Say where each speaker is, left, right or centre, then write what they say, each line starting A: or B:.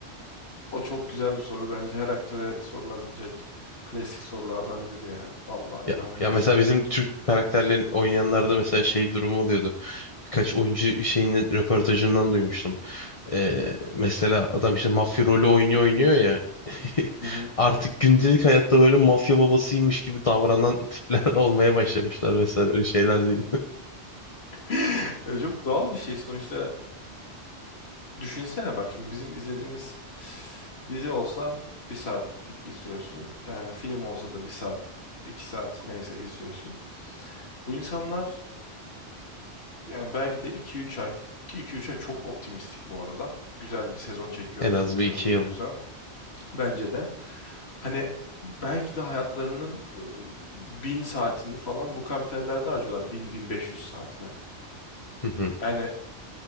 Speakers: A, on the left; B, on the left.
A: O çok güzel bir soru bence. Her aktöre sorulabilecek klasik sorulardan biri ya. Vallahi
B: Ya,
A: inanılmaz.
B: ya mesela bizim Türk karakterlerini oynayanlarda mesela şey durumu oluyordu. Birkaç oyuncu şeyinin röportajından duymuştum. Ee, mesela adam işte mafya rolü oynuyor oynuyor ya. <laughs>
A: Hı hı.
B: Artık gündelik hayatta böyle mafya babasıymış gibi davranan tipler <laughs> olmaya başlamışlar vesaire öyle şeyler duydum. <laughs>
A: <laughs> Ya çok doğal bir şey sonuçta. Düşünsene bak şimdi bizim izlediğimiz dizi olsa bir saatlik izliyorsun. Ee, film olsa da bir saat, iki saat neyse izliyorsun. Bu insanlar yani belki de iki üç ay ki iki üç ay çok optimistik bu arada. Güzel bir sezon çekiyor,
B: En
A: film
B: az
A: sezonu
B: bir iki
A: çekiyorsa.
B: yıl.
A: Bence de. Hani belki de hayatlarının e, bin saatini falan bu karakterlerde harcıyorlar. Bin, bin beş yüz saatine.
B: <laughs>
A: Yani